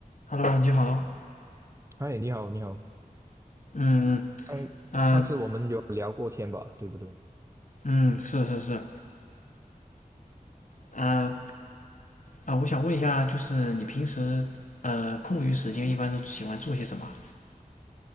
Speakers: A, on the left (about 60°); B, on the right (about 20°).
A: Hello，你好。
B: 嗨，你好，你好。
A: 嗯
B: 上上次我们有聊过天吧，
A: 嗯
B: 对不对？
A: 嗯，是是是。啊啊，我想问一下，就是你平时呃空余时间一般都喜欢做些什么？